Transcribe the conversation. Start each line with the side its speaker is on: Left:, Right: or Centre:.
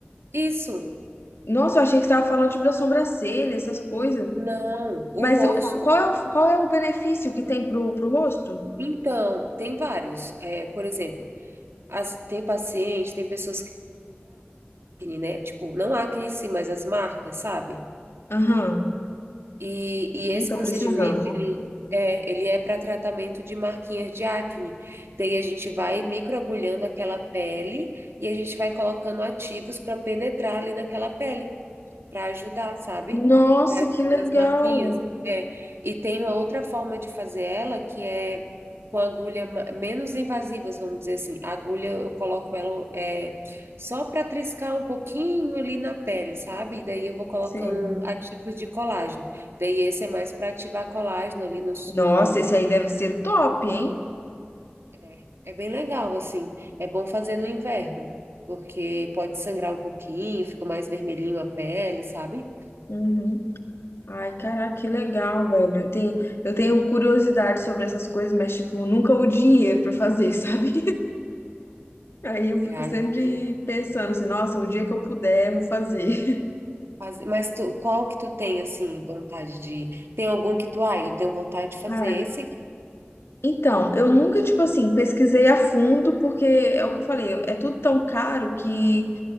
Right: isso,
Left: Nossa, eu achei que você estava falando tipo da sobrancelha, essas coisas.
Right: não, o
Left: Mas
Right: rosto.
Left: o- qual é o, qual é o benefício que tem pro, pro rosto?
Right: Então, tem vários. É, por exemplo, as- tem paciente, tem pessoas acne, né? Tipo, não a acne em si, mas as marcas, sabe?
Left: Aham.
Right: E, e
Left: Ih,
Right: esse
Left: tô
Right: procedimento,
Left: precisando.
Right: ele é, ele é para tratamento de marquinhas de acne. Daí a gente vai microagulhando aquela pele e a gente vai colocando ativos para penetrar ali naquela pele para ajudar, sabe?
Left: Nossa,
Right: Para ajudar
Left: que legal.
Right: as marquinhas. É. E tem uma outra forma de fazer ela que é com agulha ma- menos invasivas, vamos dizer assim. A agulha eu coloco ela é, só para triscar um pouquinho ali na pele, sabe? E daí eu vou colocando
Left: Sim.
Right: ativos de colágeno. Daí esse é mais para ativar colágeno ali no,
Left: Nossa,
Right: no...
Left: esse aí deve ser top, hein?
Right: É, é bem legal, assim. É bom fazer no inverno, porque pode sangrar um pouquinho, fica mais vermelhinho a pele, sabe?
Left: Uhum. Ai, caraca, que legal, velho. Eu tenho, eu tenho curiosidade sobre essas coisas, mas, tipo, nunca o dinheiro pra fazer, <laughs> sabe? Aí eu
Right: É,
Left: fico
Right: aí
Left: sempre
Right: tem
Left: pensando
Right: vários.
Left: assim, nossa, o dia que eu puder, eu vou fazer.
Right: Mas, mas tu, qual que tu tem, assim, vontade de... Tem algum que tu, ah, eu tenho vontade de fazer
Left: Cara,
Right: esse aqui.
Left: Então, eu nunca, tipo assim, pesquisei a fundo, porque é o que eu falei, é tudo tão caro que